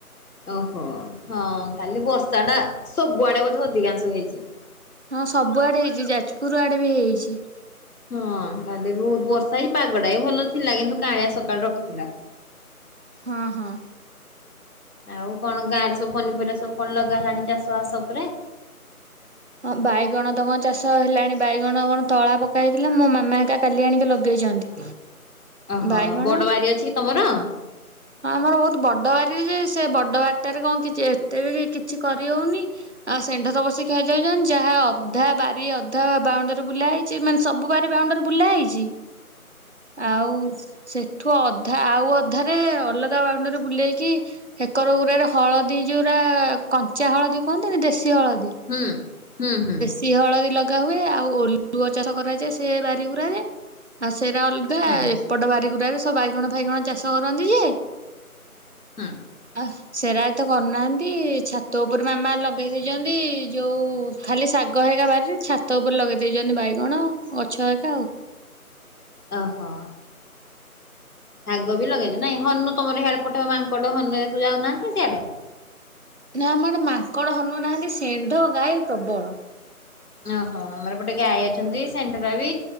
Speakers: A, on the left; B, on the right.
A: ଓ ହୋ ହଁ କାଲି ବର୍ଷା ଟା ସବୁଆଡ଼େ ବୋଧେ ଅଧିକାଂଶ ହେଇଛି।
B: ହଁ ସବୁଆଡ଼େ ହେଇଛି ଯାଜପୁର ଆଡ଼େ ବି ହେଇଛି।
A: ହଁ ତାହେଲେ ବି ବହୁତ୍ ବର୍ଷା ହେଇଛି ପାଗଟା ବି ଭଲ ଥିଲା କିନ୍ତୁ କାଁଳିଆ ସକାଳୁ ରଖିଥିଲା।
B: ହଁ ହଁ।
A: ଆଉ କଣ ଗାଁ ରେ ସବୁ ପନିପରିବା ସବୁ କଣ ଲଗା ହେଲାଣି ଚାଷ ବାସ ଉପରେ।
B: ହଁ ବାଇଗଣ ତ କଣ ଚାଷ ହେଲାଣି ବାଇଗଣ କଣ ତଳା ପକା ହୋଇଥିଲା ମୋ ମାମା ଏକା କାଲି ଆଣିକି ଲଗେଇଛନ୍ତି।
A: ଓ ହୋ
B: ବାଇଗଣ
A: ବଡ଼ ବାରି ଅଛି କି ତମର?
B: ହଁ ଆମର ବହୁତ୍ ବଡ଼ ବାରି ଯେ ସେ ବଡ଼ ବାରିଟାରେ କଣ କିଛି ଏତେ ବି କିଛି କରିହେଉନି। ଆ ଷେଣ୍ଢ ତ ପସିକି ଖା <unintelligible> ଯାହା ଅଧା ବାରି ଅଧା ବାଉଣ୍ଡେରୀ ବୁଲା ହେଇଛି ମାନେ ସବୁ ବାରି ବାଉଣ୍ଡରୀ ବୁଲା ହେଇଛି।
A: ହ
B: ଆଉ ସେଠୁ ଅଧା ଆଉ ଅଧାରେ ଅଲଗା ବାଉଣ୍ଡିରି ରେ ବୁଲେଇକି ହେରକ ଗୁଡା଼ରେ ହଳଦୀ ଯୋଉାରା କଞ୍ଚା ହଳଦୀ କୁହନ୍ତିନି ଦେଶୀ ହଳଦୀ।
A: ହୁଁ ହୁଁ ହୁଁ
B: ସି ହଳଦୀ ଲଗା ହୁଏ ଆଉ ଓଲୁଓ ଚାଷ କରାଯାଏ ସେ ବାରିଗୁୁରାରେ ଆଉ ସେଇଟା ଅଗ
A: ହୁଁ
B: ଏପଟ ବାରିଗୋରାରେ ସବୁ ବାଇଗଣ ଫାଇଗଣ ଚାଷ କରନ୍ତି ଯେ
A: ହୁଁ।
B: ଆ ସେରା ଏ ତ କରୁନାହାନ୍ତି ଛାତ ଉପରେ ମାମା ଲଗେଇ ଦେଇେଇଛନ୍ତି ଯୋଉ ଖାଲି ଶାଗ ହେ ଏକା ବାରିରେ ଛାତ ଉପରେ ଲଗେଇ ଦେଇେଇଛନ୍ତି ବାଇଗଣ ଗଛ ହେ ଏକା ଆଉ।
A: ଓହୋ। ଶାଗ ବି ଲଗେଇଛି ନାଇଁ ହନୁ ତମର ଇଆଡେ ପଠେଇବା ମାଙ୍କଡ ହନ ଏସୁ ଯାଉନାହାନ୍ତି ସିଆଡେ?
B: ନା ଆମଡେ ମାଙ୍କଡ ହନୁ ନାହାନ୍ତି ସେଣ୍ଢ ଗାଈ ପ୍ରବଳ।
A: ଓହୋ ଆମର ପଟେ ଗାଈ ଅଛନ୍ତି ସେଣ୍ଡର ବି